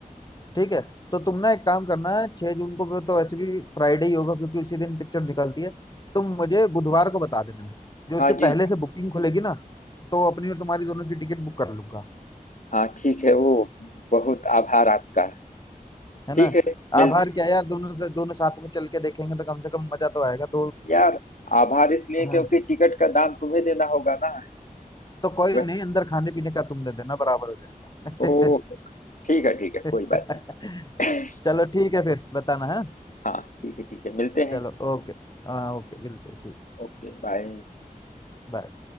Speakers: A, on the left (about 30°); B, on the left (about 60°).
A: ठीक है तो तुम ना एक काम करना है छह जून को तो वैसे भी फ्राइडे ही होगा क्योंकि उसी दिन पिक्चर निकलती है तुम मुझे बुधवार को बता देना जो
B: हाँ
A: इसके
B: जी
A: पहले से बुकिंग खुलेगी ना तो अपनी और तुम्हारी दोनों की टिकट बुक कर लूंगा
B: हाँ ठीक है वो बहुत आभार आपका
A: है
B: ठीक
A: ना
B: है मिलते
A: आभार
B: हैं
A: क्या यार दोनों से दोनों साथ में चल के देखेंगे तो कम से कम मजा तो आएगा दो
B: यार आभार इसलिए
A: हाँ
B: क्योंकि टिकट का दाम तुम्हें देना होगा ना
A: तो कोई
B: वह
A: नहीं अंदर खाने पीने का तुम दे देना बराबर हो जाएगा
B: ओ ठीक है ठीक है
A: <laughs>
B: कोई बात नहीं
A: चलो ठीक है फिर बताना है
B: <laughs> हाँ ठीक है ठीक है मिलते
A: चलो
B: हैं
A: ओके हाँ ओके मिलते हैं ठीक
B: Okay bye
A: बाय